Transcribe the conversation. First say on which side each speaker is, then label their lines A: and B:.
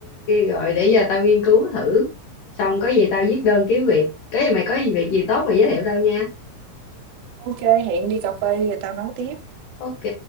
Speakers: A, on the left; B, on the right.
A: rồi để giờ tao nghiên cứu thử. Xong có gì tao viết đơn kiếm việc. Cái gì mày có gì việc gì tốt mày giới thiệu tao nha.
B: Ô kê, hẹn đi cà phê đi rồi tao nói tiếp.
A: Ok,